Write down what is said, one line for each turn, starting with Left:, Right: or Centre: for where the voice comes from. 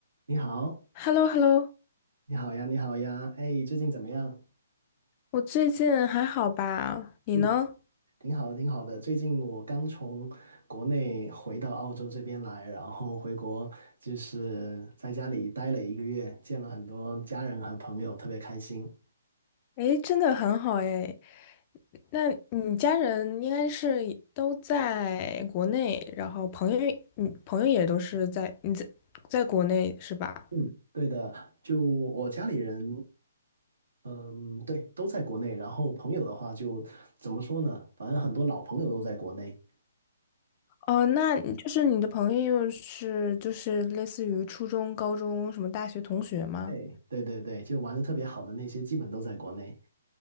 Right: 你好，
Left: h e l l o h e l l o
Right: 你好呀，你好呀，哎，最近怎么样？
Left: 我最近还好吧？你呢？
Right: 嗯，挺好的，挺好的。最近我刚从国内回到澳洲这边来，然后回国就是在家里待了一个月，见了很多家人和朋友，特别开心。
Left: 诶，真的很好诶。那你家人应该是都在国内，然后朋友，你朋友也都是在你在在国内是吧？
Right: 嗯，对的，就我家里人，嗯，对，都在国内，然后朋友的话就怎么说呢？反正很多老朋友都在国内。
Left: 哦，那你就是你的朋友是就是类似于初中、高中什么大学同学吗？
Right: 对，对对对，就玩的特别好的那些，基本都在国内。